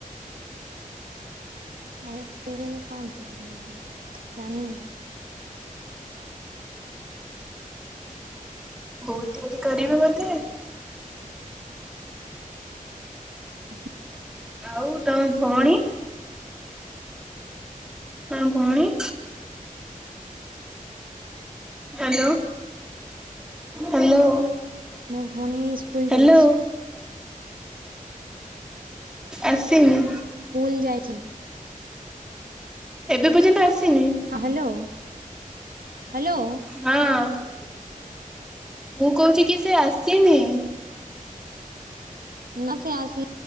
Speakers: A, on the right (about 85°); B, in the centre.
A: ହରେ <unintelligible> କଣ ତିଆରି ହବ ଜାଣିନି।
B: ବୋଉ ତିଆରି କରିବେ ବୋଧେ?
A: ହୁଁ।
B: ଆଉ ତମ ଭଉଣୀ? ତମ ଭଉଣୀ? Hello hello.
A: ମୁଁ ଭଉଣୀ ସ୍କୁଲ
B: ହ୍ୟାଲୋ
A: ଯାଇଛି।
B: ଆସିନି?
A: ସ୍କୁଲ ଯାଇଛି।
B: ଏବେ ପର୍ଯ୍ୟନ୍ତ ଆସିନି?
A: ହଁ ହ୍ୟାଲୋ ହ୍ୟାଲୋ।
B: ହଁ ମୁଁ କହୁଛି କି ସେ ଆସିନି?
A: ନ ସେ ଆସି